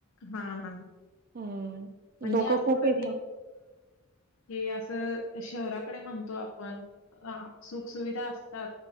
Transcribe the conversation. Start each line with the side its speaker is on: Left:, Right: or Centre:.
Left: हा हा.
Right: हम्म.
Left: म्हणजे
Right: लोकं
Left: असं
Right: खूप
Left: क
Right: येतात.
Left: नै हे असं शहराकडे म्हणतो आपण सुख सुुविधा असतात